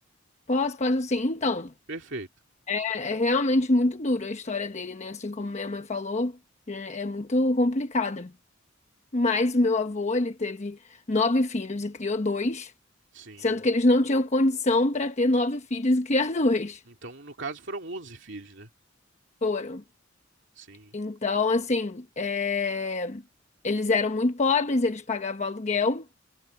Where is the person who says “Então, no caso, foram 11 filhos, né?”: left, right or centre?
Right